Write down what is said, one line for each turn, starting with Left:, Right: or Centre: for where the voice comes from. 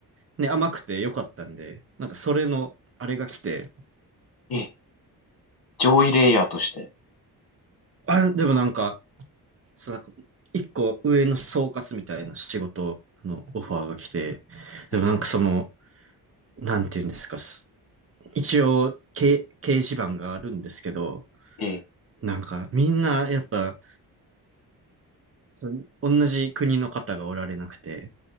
Right: ね、甘くて良かったんで、なんかそれの、あれが来て、
Left: ええ、上位レイヤーとして。
Right: あ、でもなんか、そう、なんか、一個上の総括みたいな仕事のオファーが来て、
Left: ええ、
Right: でもなんかその、なんていうんですか、す一応、掲掲示板があるんですけど、
Left: ええ、
Right: なんか、みんな、やっぱ、そ同じ国の方がおられなくて、